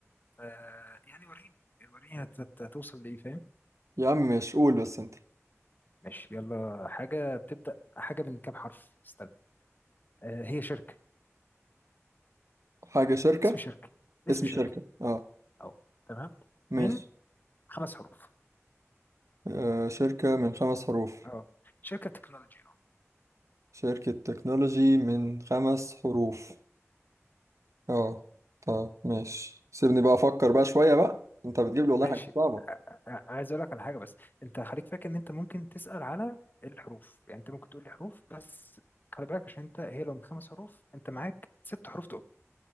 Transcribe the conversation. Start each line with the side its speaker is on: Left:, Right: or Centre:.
Left: آه يعني وريني وريني هت- هت- هتوصل لايه فاهم
Right: يا عم ماشي قول بس انت
Left: ماشي يلا حاجة بتبدأ حاجة من كام حرف استنى آه هي شركة
Right: حاجة شركة
Left: اسم شركة اسم
Right: اسم
Left: شركة
Right: شركة اه
Left: اهو تمام
Right: ماشي
Left: من خمس حروف
Right: آه شركة من خمس حروف
Left: اه شركة تكنولوجيا
Right: شركة تكنولوجي من خمس حروف اه طب ماشي سيبني بقى افكر بقى شوية بقى انت بتجيب لي والله
Left: ماشي
Right: حاجة صعبة
Left: ع- عايز اقول لك على حاجه بس انت خليك فاكر ان انت ممكن تسال على الحروف يعني انت ممكن تقول لي حروف بس خلي بالك عشان انت هي لو من خمس حروف انت معاك ست حروف تقول